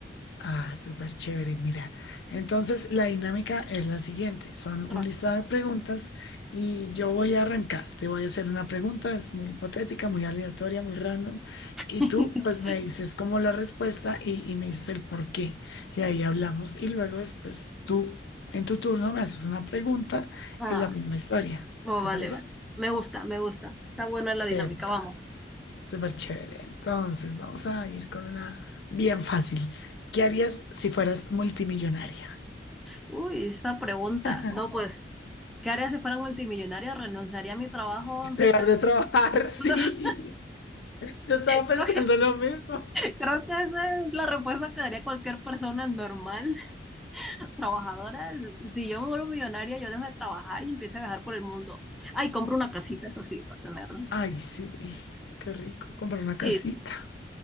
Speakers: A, on the left (about 75°); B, in the centre.
A: Ah, súper chévere, mira. Entonces, la dinámica es la siguiente. Son un
B: Ah,
A: listado de preguntas y yo voy a arrancar. Te voy a hacer una pregunta, es muy hipotética, muy aleatoria, muy random. Y
B: <laughs>
A: tú, pues, me dices como la respuesta y, y me dices el por qué. Y ahí hablamos. Y luego después tú, en tu turno, me haces una pregunta
B: ah,
A: y la misma historia.
B: oh,
A: ¿Te
B: vale,
A: parece?
B: vale. Me gusta, me gusta. Está buena la dinámica,
A: Epa,
B: vamos.
A: súper chévere. Entonces, vamos a ir con una bien fácil. ¿Qué harías si fueras multimillonaria?
B: Uy, esa pregunta.
A: <laughs>
B: No, pues, ¿qué haría si fuera multimillonaria? ¿Renunciaría a mi trabajo? ¿Empezaría
A: Dejar de trabajar,
B: a <laughs>
A: <laughs> sí. Yo estaba pensando
B: Creo que,
A: lo mismo.
B: creo que esa es la respuesta que daría cualquier persona normal, <laughs> trabajadora. Si yo me vuelvo millonaria, yo dejo de trabajar y empiezo a viajar por el mundo. Ay, compro una casita, eso sí, para tenerla.
A: Ay, sí, qué rico, comprar una
B: Sí,
A: casita.